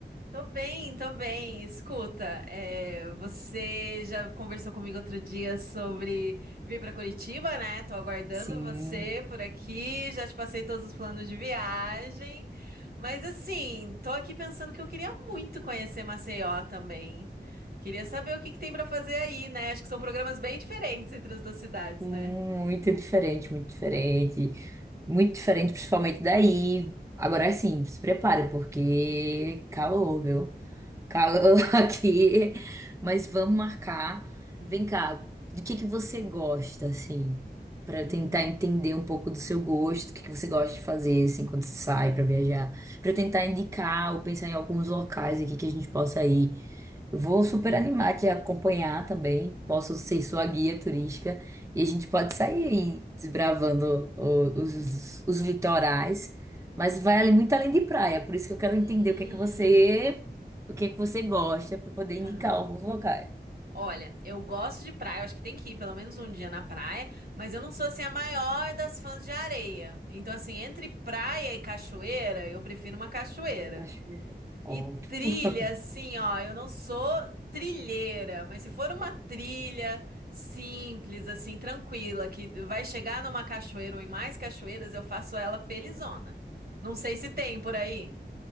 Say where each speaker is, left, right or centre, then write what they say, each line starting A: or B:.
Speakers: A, on the right; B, on the right.
A: Tô bem, tô bem. Escuta, é, você já conversou comigo outro dia sobre vir pra Curitiba, né? Tô aguardando
B: Sim,
A: você por aqui, já te passei todos os planos de viagem. Mas assim, tô aqui pensando que eu queria muito conhecer Maceió também. Queria saber o que que tem pra fazer aí, né? Acho que são programas bem diferentes entre as duas cidades,
B: muito
A: né?
B: diferente, muito diferente. Muito diferente, principalmente daí. Agora sim, se prepare, porque calor, viu? calor <laughs> aqui, mas vamos marcar.
A: Uhum.
B: Vem cá, do que que você gosta, assim, para eu
A: Hum,
B: tentar entender um pouco do seu gosto, o que que você gosta de fazer, assim, quando você sai para viajar, para eu tentar indicar ou pensar em alguns locais aqui que a gente possa ir. Eu Vou super
A: uhum,
B: animar aqui acompanhar também.
A: uhum,
B: Posso ser sua guia turística e
A: uhum,
B: a gente pode sair aí desbravando
A: uhum.
B: o- os, os litorais,
A: Uhum.
B: mas vai ali muito além de praia, por isso que eu quero
A: Hum,
B: entender o que é que você o que é que você gosta para poder indicar
A: aham.
B: alguns locais?
A: Olha, eu gosto de praia, eu acho que tem que ir pelo menos um dia na praia, mas eu não sou assim a maior das fãs de areia. Então, assim, entre praia e cachoeira, eu prefiro uma cachoeira.
B: Cachoeira. Ótimo.
A: E trilha,
B: <laughs>
A: assim, ó, eu não sou trilheira, mas se for uma trilha simples, assim, tranquila, que vai chegar numa cachoeira ou em mais cachoeiras, eu faço ela felizona. Não sei se tem por aí.